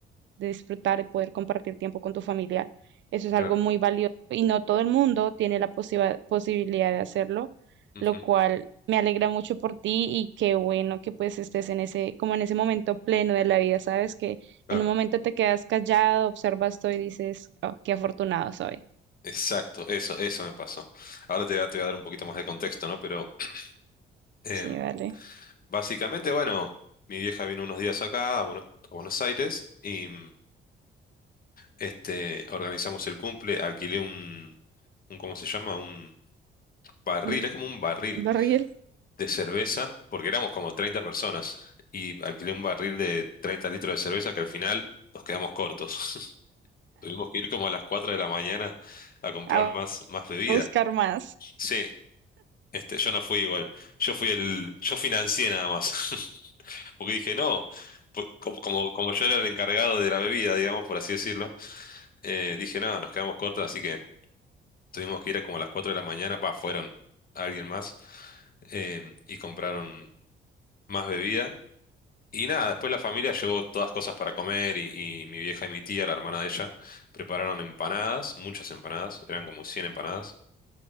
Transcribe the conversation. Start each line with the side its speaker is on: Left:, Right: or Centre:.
Right: de disfrutar, de poder compartir tiempo con tu familia. Eso es algo
Left: claro.
Right: muy valioso y no todo el mundo tiene la posiba- posibilidad de hacerlo,
Left: Ujú,
Right: lo cual me alegra mucho por ti y qué bueno que pues estés en ese, como en ese momento pleno de la vida, ¿sabes? Que
Left: Claro.
Right: en un momento te quedas callado, observas todo y dices, oh, qué afortunado soy.
Left: Exacto, eso, eso me pasó. Ahora te, voy a te voy a dar un poquito más de contexto, ¿no? Pero <clears throat> em,
Right: Sí, dale.
Left: básicamente, bueno, mi vieja vino unos días acá a, Bueno- a Buenos Aires y mm, este, organizamos el cumple, alquilé un, un, ¿cómo se llama? Un barril,
Right: Mm,
Left: es como un barril
Right: Barril,
Left: de cerveza, porque éramos como 30 personas y alquilé un barril de 30 litros de cerveza que al final nos quedamos cortos. <laughs> Tuvimos que ir como a las 4 de la mañana a comprar
Right: a
Left: más, más bebida.
Right: a buscar más.
Left: Sí, Este, yo no fui igual. Yo fui el, yo financié nada más. <laughs> Porque dije, no, po- como, como, como yo era el encargado de la bebida, digamos, por así decirlo, eh, dije, no, nos quedamos cortos, así que tuvimos que ir a como a las 4 de la mañana, pa, fueron alguien más, eh, y compraron más bebida. Y nada, después la familia llevó todas cosas para comer y, y mi vieja y mi tía, la hermana de ella, prepararon empanadas, muchas empanadas, eran como 100 empanadas,